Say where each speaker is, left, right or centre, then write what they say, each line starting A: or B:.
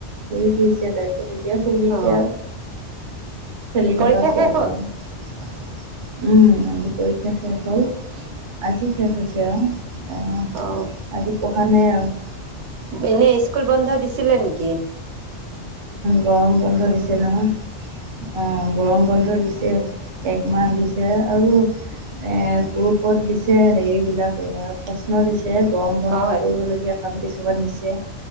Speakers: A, on the right; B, on the right.
A: ঘুৰি ফুৰিছে তাৰপিছত এতিয়া শুইদিছে
B: অ
A: খেলি
B: পৰীক্ষা
A: থকা ছোৱালী
B: শেষ হ'ল
A: আৰু। উম, পৰীক্ষা শেষ হ'ল আজি শেষ হৈছে আৰু।
B: অ
A: আজি পঢ়া নাই আৰু।
B: এনে স্কুল বন্ধ দিছিলে নেকি?
A: গৰম বন্ধ দিছে নহয়, অ', গৰম বন্ধ দিছে। একমাহ দিছে আৰু এ গ্ৰোপত দিছে হেৰি বিলাক এইাৰ প্ৰশ্ন দিছে যে গৰম বন্ধ
B: অ
A: কৰিবলগীয়া কাম কিছুমান দিছে।